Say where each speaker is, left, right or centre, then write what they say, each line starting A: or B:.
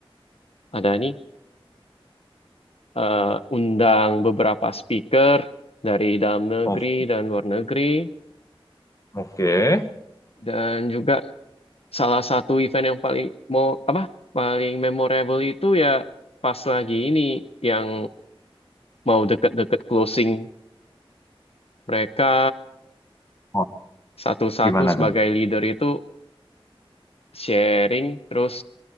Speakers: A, on the left; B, on the left.
A: ada nih. eh, undang beberapa speaker dari dalam negeri
B: Oh,
A: dan luar negeri
B: oke.
A: dan juga salah satu event yang paling mau apa paling memorable itu ya pas lagi ini yang mau deket-deket closing mereka
B: Oh,
A: satu-satu
B: gimana
A: sebagai
B: tuh?
A: leader itu sharing terus